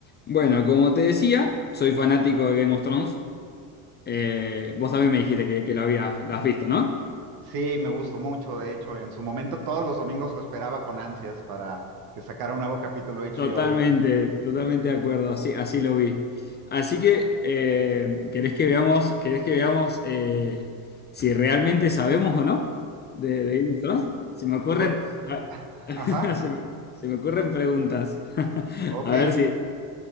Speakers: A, on the left; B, on the right.
A: Bueno, como te decía, soy fanático de Game of Thrones. Eh, vos también me dijiste que, que lo habías, lo has visto, ¿no?
B: Sí, me gustó mucho, de hecho, en su momento todos los domingos lo esperaba con ansias para que sacara un nuevo capítulo HBO.
A: Totalmente, totalmente de acuerdo, así, así lo vi. Así que, eh, ¿querés que veamos, querés que veamos eh, si realmente sabemos o no de, de Game of Thrones? Se me ocurren,
B: <laughs> Bu-
A: <laughs>
B: Ajá,
A: se me, se me ocurren preguntas. <laughs>
B: ok,
A: A ver si,